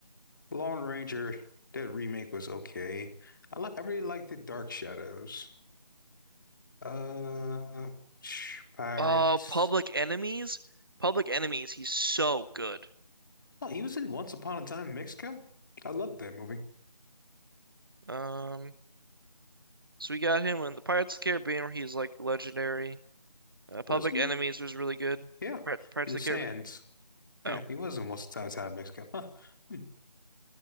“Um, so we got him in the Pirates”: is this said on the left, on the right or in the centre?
Right